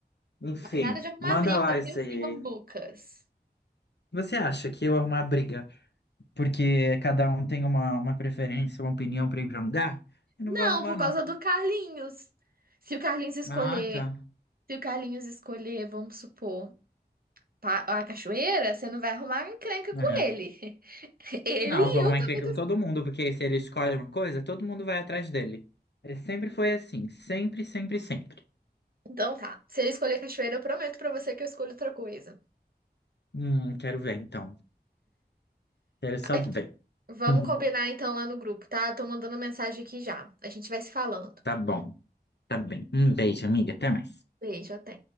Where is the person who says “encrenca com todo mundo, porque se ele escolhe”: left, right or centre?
Left